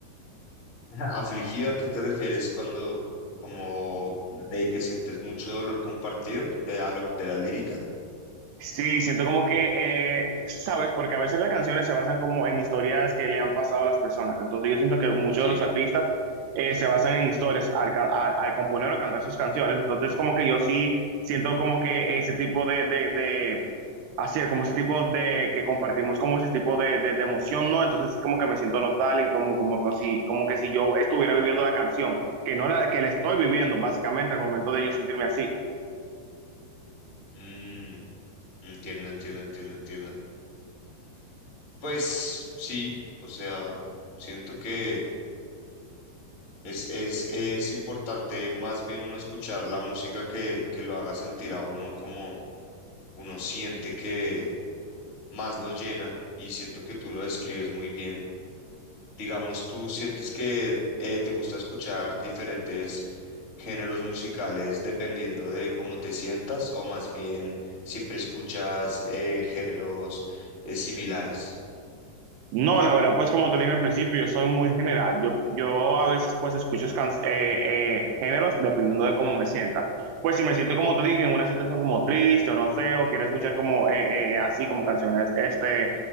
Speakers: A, on the left; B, on the right.
A: <laughs> ¿Afligida? ¿A qué te refieres cuando como de que sientes mucho dolor compartido de, a lo- de la lírica?
B: Sí, siento como que, eh, sabes, porque a veces las canciones se basan como en historias que le han pasado a las personas. Entonces yo siento que muchos
A: Sí.
B: de los artistas eh, se basan en historias al, ca- al- al componer o cantar sus canciones. Entonces como que yo sí siento como que ese tipo de, de, de hacer, como ese tipo de, que compartimos como ese tipo de, de, de emoción, ¿no? Entonces sí como que me siento nostálgico, como, como, como si, como que si yo estuviera viviendo la canción, que no la, que la estoy viviendo básicamente al momento de yo sentirme así.
A: Mm, entiendo, entiendo, entiendo, entiendo. Pues sí, o sea, siento que es, es, es importante más bien uno escuchar la música que, que lo haga sentir a uno como uno siente que más lo llena y siento que tú lo describes muy bien. Digamos, tú sientes que eh, te gusta escuchar diferentes géneros musicales dependiendo de cómo te sientas o más bien siempre escuchas eh, géneros eh, similares.
B: No, la verdad, pues como te dije al principio, yo soy muy general. Yo, yo a veces pues escucho can- eh, eh, géneros dependiendo de cómo me sienta. Pues si me siento como te dije, en una situación como triste o no sé, o quiero escuchar como eh, eh, así como canciones este,